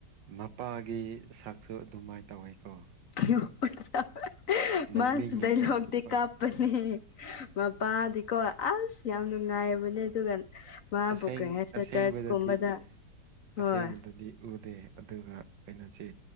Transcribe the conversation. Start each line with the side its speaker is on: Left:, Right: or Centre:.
Right: ꯃꯄꯥꯒꯤ ꯁꯛꯁꯨ ꯑꯗꯨꯃꯥꯏ ꯇꯧꯋꯦꯀꯣ
Left: ꯍꯥ ꯍꯥ ꯍꯥ
Right: ꯅꯣꯛꯅꯤꯡꯉꯤꯀꯣ
Left: ꯃꯥꯁꯤꯗꯩꯩ ꯂꯣꯛꯇꯤ
Right: ꯃꯄꯥ
Left: ꯀꯥꯞ ꯅꯦ ꯃꯄꯥꯗꯤꯀꯣ ꯑꯁ ꯌꯥꯝ ꯅꯨꯡꯉꯥꯏꯕꯅꯦ ꯑꯗꯨꯒ ꯃꯥꯕꯨ
Right: ꯑꯁꯦꯡ
Left: ꯀꯔꯤ ꯍꯥꯏꯁꯤꯔ
Right: ꯑꯁꯦꯡꯕꯗꯗꯤ
Left: ꯆꯔꯆ ꯀꯨꯝꯕꯗ ꯍꯣꯏ
Right: ꯑꯁꯦꯡꯕꯗꯗꯤ ꯎꯗꯦ ꯑꯗꯨꯒ ꯀꯩꯅꯣꯁꯦ